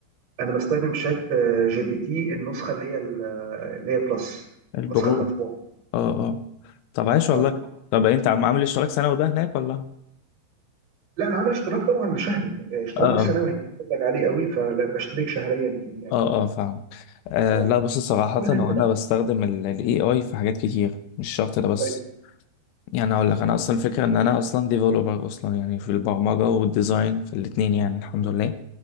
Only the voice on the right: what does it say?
انا بستخدم شات آه، جي بي تي النسخه اللي هي ال- آه، اللي هي بلس
النسخه المدفوعه
اه
لا انا عامل اشتراك طبعا شهري آه، اشتراك
السنوي
هيقول لك عليه قوي فبشترك شهريا فيه يعني
اه
قول لي
انت بقى
زي